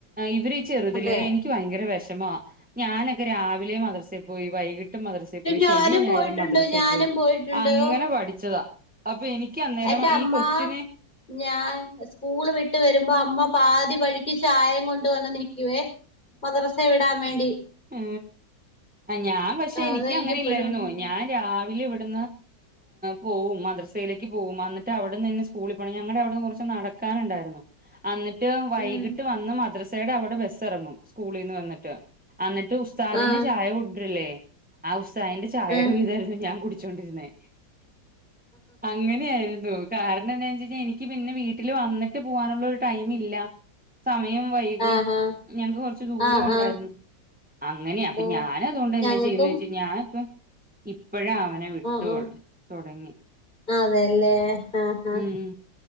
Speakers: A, in the centre; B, on the left.
A: ഇവര ചെറുതിലെ
B: അതെ
A: എനിക്ക് ഭയങ്കര വിഷം ഞാനൊക്കെ രാവിലെ മദർസെൽ പോയി വൈകിട്ട് എട്ട് മദ്രസയിൽ പോയി
B: ഞാനും
A: ശരി ഞായരും
B: പോയിട്ടുണ്ട്
A: മദ്രസയിൽ
B: ഞാനും
A: പോയി
B: പോയിട്ടുണ്ട്
A: അങ്ങനെ പഠിച്ചതാ അപ്പൊ എനിക്ക് അന്നേരം
B: എന്റെറെ അമ്മ
A: ഈ കൊച്ചിനെ
B: ഞാൻ സ്കൂള് വിട്ട ഇട്ട് വരുമ്പോ അമ്മ പാതി വഴിയ്ക്ക് ചായേം കൊണ്ട വന്ന് നിൽക്കുവേ മദ്രസ വിടാൻ വേണ്ടി
A: ഉ ആ ഞാൻ പക്ഷെ
B: അതെനിക്കിപ്പഴും
A: എനിക്ക് അങ്ങനെ ഇല്ലായിരുന്നോ
B: ഓർമ്മണ്ട്
A: ഞാൻ രാവിലെ ഇവിടെ പോവും മദ്രസയിലേക്ക് പോകും എന്നിട്ട് അവിടെന്ന്ന്നെ സ്കൂളിൽ ഞങ്ങളുടെ അവിടെ കുറച്ച് നട ക്കാനുണ്ടായിരുന്നു എന്നിട്ട് വൈകിട്ട്
B: ഉം
A: വന്ന് മദ്രസയുടെ അവിടെ ബസ്സ് ഇറങ്ങും സ്കൂളിൽന്ന് വന്നിട്ട് അന്നിട്ട് ഉസ്താദിന്
B: ആഹ്
A: ചായ കൊണ്ടിരില്ലേ ആ ഉസ്താദിന്റെ ചായയുടെ
B: ഉം
A: വീതായിരുന്നു ഞാൻ കു ച്ചോണ്ടിരുന്നെ അങ്ങനെയായി കാരണം എന്താ വച്ചാൽ എനിക്ക് പിന്നെ വീട്ടില് വന്നിട്ട് പോകാനുള്ള ഒരു ടൈം ഇല്ല സമയം വൈകും
B: ആഹ് ആഹ്
A: ഞങ്ങക്ക് കൊറച്ച ദൂരം
B: ആഹ്
A: ഉണ്ടായിരുന്നു
B: ആഹ്
A: അങ്ങനെയ അപ്പൊ
B: ഓ
A: ഞാൻ അതുകൊണ്ട് എന്നന്നെ
B: ഞങ്ങക്കും
A: ചെയ്യന്ന് ചോച്ച ഞാനിപ്പ എ ഇപ്പഴും അവനെ വിട്ട
B: ആഹ്
A: തുടങ്ങി
B: ആഹ് അതെല്ലേ ആഹ് ആഹ്
A: ഉം